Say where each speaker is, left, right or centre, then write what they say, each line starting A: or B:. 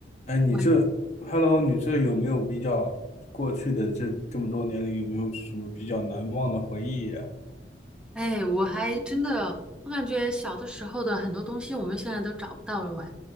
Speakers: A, on the left (about 40°); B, in the centre.
A: 哎，你这，Hello，
B: 喂，
A: 你这有没有比较过去的这这么多年里，有没有什么比较难忘的回忆呀？
B: 哎，我还真的，我感觉小的时候的很多东西，我们现在都找不到了喂，